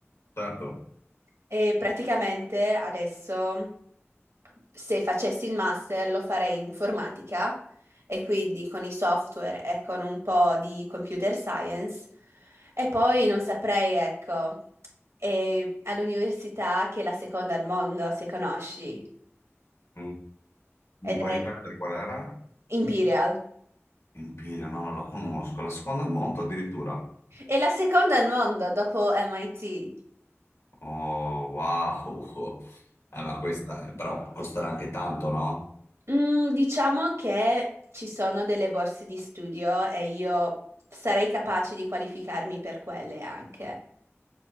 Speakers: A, on the left (about 85°); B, on the right (about 75°).
A: Certo,
B: E praticamente adesso. se facessi il master lo farei in informatica e quindi con i software e con un po' di computer science e poi non saprei, ecco, è all'università che è la seconda al mondo, se conosci,
A: Mm.
B: ed
A: Mi puoi
B: è
A: ripetere qual era?
B: Imperial.
A: Empirio, no, non la conosco. La seconda al mondo addirittura.
B: È la seconda al mondo dopo MIT.
A: Oh, wow. <laughs> Eh, ma questa però costerà anche tanto, no?
B: Mm, diciamo che ci sono delle borse di studio e io sarei capace di qualificarmi per quelle anche.